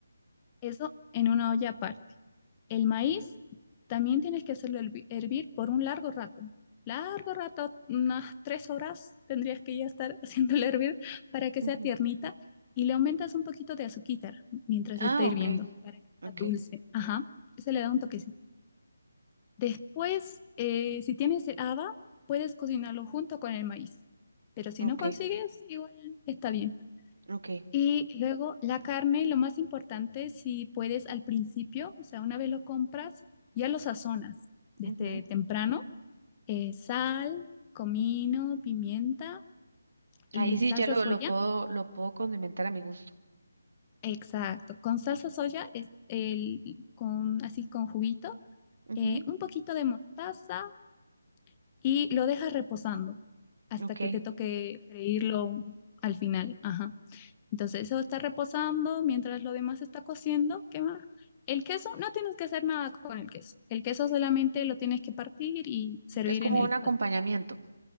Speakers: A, on the left; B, on the right.
A: Eso en una olla aparte. El maíz también tienes que hacerlo hervi- hervir por un largo rato. Largo rato, unas tres horas tendrías que ya estar <laughs> haciéndolo hervir para que
B: Ujú,
A: sea
B: ujú.
A: tiernita y le aumentas un poquito de azúcar mientras
B: Ah,
A: está hirviendo
B: ok,
A: para que
B: ok.
A: sea dulce. Ajá, se le da un toquecito. Después, eh, si tienes el haba, puedes cocinarlo junto con el maíz, pero si
B: Ok,
A: no consigues, igual está bien.
B: ok.
A: Y luego la carne, lo más importante, si puedes al principio, o sea, una vez lo compras, ya lo sazonas desde
B: ujú.
A: temprano. eh, sal, comino, pimienta y
B: Ahí sí
A: salsa
B: ya lo,
A: soya.
B: lo puedo, lo puedo condimentar a mi gusto.
A: Exacto, con salsa soya, es el, con, así con juguito,
B: Ujú,
A: eh, un poquito de mostaza y lo dejas reposando hasta
B: Ok.
A: que te toque freírlo al final. Ajá. Entonces eso está reposando mientras lo demás está cociendo. ¿Qué más? El queso, no tienes que hacer nada con el queso. El queso solamente lo tienes que partir y servir
B: Es como
A: en el
B: un acompañamiento.
A: plato.